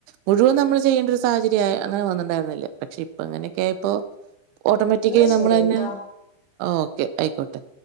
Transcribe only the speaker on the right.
മുഴുവൻ നമ്മള് ചെയ്യേണ്ട ഒരു സാഹചര്യം അങ്ങനെ വന്നിട്ടണ്ടായിരുന്നില്ല പക്ഷെ അപ്പൊ അങ്ങനെയൊക്കെയായിപ്പൊ ഓട്ടോമാറ്റിക്കായി
നമ്മൾ തന്നെ
ആ ഓക്കെ ആയിക്കോട്ടെ